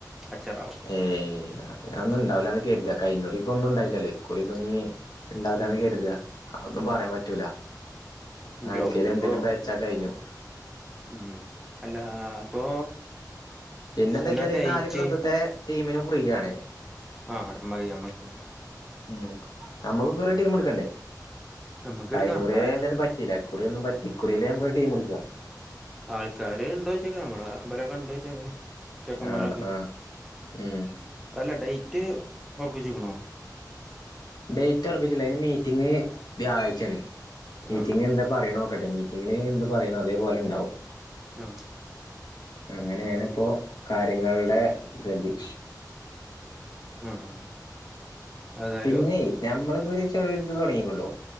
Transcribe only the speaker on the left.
ഏയ്.... അങ്ങനെന്നും ഉണ്ടാവല്ലാ കരുതാ കഴിഞ്ഞാക്കുറിക് ഒന്നും ഉണ്ടായിഇല്ലാലോ ഈ ക്കൂറി ഇനി ഉണ്ടാവില്ല
എന്ന് കരുത്താ ആ ഒന്നും പറയാൻ പറ്റൂലാ
ആയിക്കഴിഞ്ഞൽ
എന്തേലും പേച്ചാ കഴിഞ്ഞു
പിന്നെ എന്താ
വെച്ചാൽ
ഈ നാല് ക്ലബ്ബത്തെ ടീമിന് ഫ്രീ ആാണ്
ഉം നമ്മുക്ക് കുറ ടീം എടുക്കാട്ടെ
കഴിഞ്ഞാക്കുറി
എന്താലും പറ്റില്ല ഈ ക്കുറി ഒന്നും പറ്റ ഇക്കുറിയല്ലേ നമുക്കൊരു ടീമെടുക്ക
ആഹ് ആഹ് ഉം
ഡേറ്റ് ഒറപ്പിച്ചില്ല അതിന് മീറ്റിംഗ് വ്യാഴാഴ്ചയാണ്. മീറ്റിംഗ്
എന്താ പറയണോക്കട്ടെ മീറ്റി ഗില് എന്ത് പറയണു അതേപോലെ ഉണ്ടാവും.
അങ്ങനെയാണ് ഇപ്പോ കാര്യങ്ങളുടെ ഗതി
പിന്നെ ഞമ്മളിപ്പോ ഒരു ചെറിയൊരിത് തൊടങ്ങീക്ക്ണ്ട്ട്ടൊ